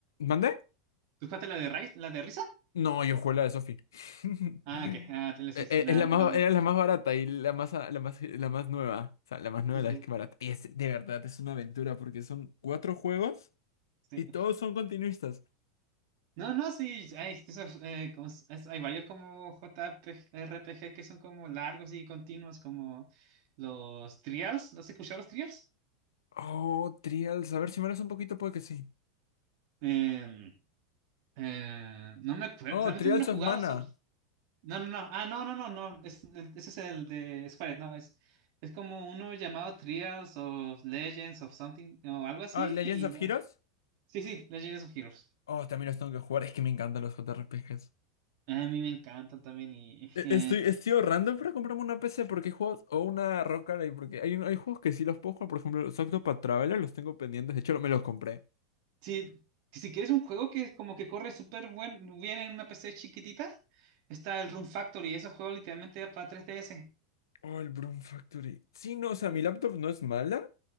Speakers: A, on the left (about 75°); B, on the right (about 55°).
A: ¿Mandé?
B: ¿Tú jugaste la de Rice? ¿La de Risa?
A: No, yo jugué la de Sophie. <laughs>
B: Ah, ok. Ah, te la sí,
A: Eh,
B: sí,
A: eh,
B: la-
A: Es la
B: la
A: más,
B: de-
A: era la más barata y la más, la más, la más nueva. O sea, la más nueva,
B: sí,
A: la
B: sí.
A: que barata. Y es, de verdad, es una aventura porque son cuatro juegos
B: sí.
A: y todos son continuistas.
B: No, no, sí. Hay, esos, eh, como s- es- hay varios como JRPG que son como largos y continuos, como los Trials. ¿Los has escuchado los Trials?
A: Oh, Trials. A ver si me das un poquito, puede que sí.
B: Em, eh, no me acuerdo,
A: Oh,
B: realmente
A: Trials
B: no lo he jugado.
A: of Mana.
B: No, no, no. Ah, no, no, no, no. Es- ese es el de Squared, no, es, es como uno llamado Trials of Legends of Something o algo así.
A: Ah, Legends
B: Y
A: of
B: no.
A: Heroes.
B: Sí, sí, Legends of Heroes.
A: Oh, también los tengo que jugar. Es que me encantan los JRPGs.
B: A mí me encantan también. Y
A: E-
B: eh,
A: Estoy, estoy ahorrando para comprarme una PC porque hay juegos o una Rock Ally, porque hay, un- hay juegos que sí los puedo jugar. Por ejemplo, los Octopath Traveler los tengo pendientes. De hecho, lo- me los compré.
B: sí, si quieres un juego que como que corre súper buen, bien en una PC chiquitita, está el Room Factory. Ese juego literalmente era para 3DS.
A: Oh, el Broom Factory. Sí, no, o sea,
B: Eh,
A: mi laptop no es mala,